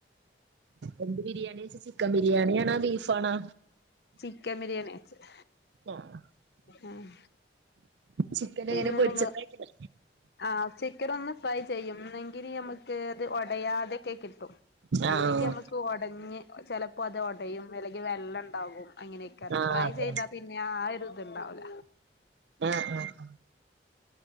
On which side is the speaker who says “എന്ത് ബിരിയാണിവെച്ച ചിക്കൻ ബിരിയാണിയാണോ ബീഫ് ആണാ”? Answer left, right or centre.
Right